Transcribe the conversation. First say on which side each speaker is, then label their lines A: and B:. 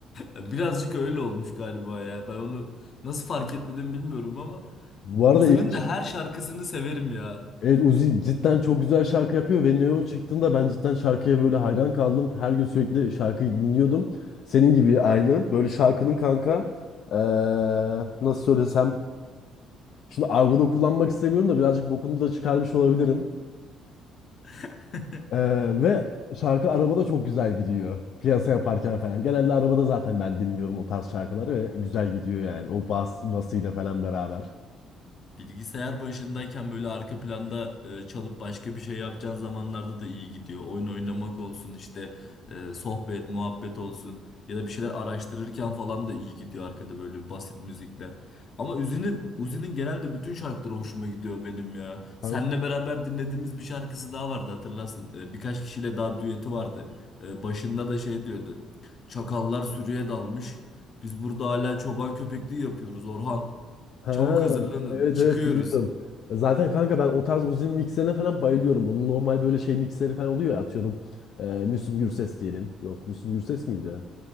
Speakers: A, on the left; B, on the left.
A: Birazcık öyle olmuş galiba ya. Ben onu nasıl fark etmedim bilmiyorum ama
B: Bu arada
A: Uzi'nin
B: ilk çık
A: de her şarkısını severim ya.
B: Evet Uzi cidden çok güzel şarkı yapıyor ve Neon çıktığında ben cidden şarkıya böyle hayran kaldım. Her gün sürekli şarkıyı dinliyordum. Senin gibi aynı. Böyle şarkının kanka eee, nasıl söylesem. Şimdi argoda kullanmak istemiyorum da birazcık bokunu da çıkarmış olabilirim.
A: <laughs>
B: Ee, ve şarkı arabada çok güzel gidiyor. Piyasa yaparken falan. Genelde arabada zaten ben dinliyorum o tarz şarkıları ve güzel gidiyor yani. O bas basıyla falan beraber.
A: Bilgisayar başındayken böyle arka planda e, çalıp başka bir şey yapacağın zamanlarda da iyi gidiyor. Oyun oynamak olsun işte e, sohbet, muhabbet olsun ya da bir şeyler araştırırken falan da iyi gidiyor arkada böyle basit müzikler. Ama Uzi'nin Uzi'nin genelde bütün şarkıları hoşuma gidiyor benim ya. Seninle
B: Kanka
A: beraber dinlediğimiz bir şarkısı daha vardı hatırlarsın. E, birkaç kişiyle daha düeti vardı. E, başında da şey diyordu. Çakallar sürüye dalmış. Biz burada hala çoban köpekliği yapıyoruz Orhan.
B: Ha,
A: Çabuk hazırlanın.
B: bi- evet
A: Çıkıyoruz.
B: evet biliyorum. Zaten kanka ben o tarz uzun mikserine falan bayılıyorum. Onun normal böyle şey mikseri falan oluyor ya atıyorum. E, Müslüm Gürses diyelim. Yok Müslüm Gürses miydi?